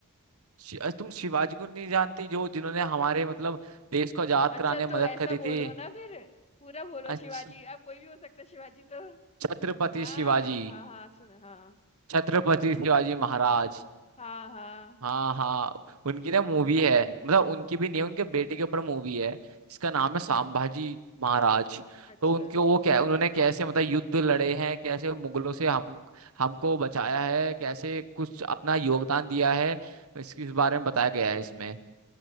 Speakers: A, on the right (about 70°); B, on the left (about 30°).
A: शि, अ, तुम शिवाजी को नहीं जानती जो जिन्होंने हमारे मतलब देश को आजाद
B: अच्छा
A: कराने
B: तो
A: में मदद
B: ऐसा
A: करी
B: बोलो
A: थी
B: ना फिर पूरा बोलो
A: अच्छा
B: शिवाजी अब कोई भी हो सकता है शिवाजी तो
A: छत्रपति
B: हाँ
A: शिवाजी
B: हाँ हाँ सुन हाँ
A: छत्रपति शिवाजी महाराज
B: हाँ हाँ
A: हाँ हाँ उनकी ना मूवी है मतलब उनकी भी नहीं है उनके बेटे के ऊपर मूवी है इसका नाम है सांभाजी महाराज
B: अच्छा
A: तो उनके वो क्या उन्होंने कैसे मतलब युद्ध लड़े हैं कैसे मुगलों से हम हमको बचाया है कैसे कुछ अपना योगदान दिया है इसके इस बारे में बताया गया है इसमें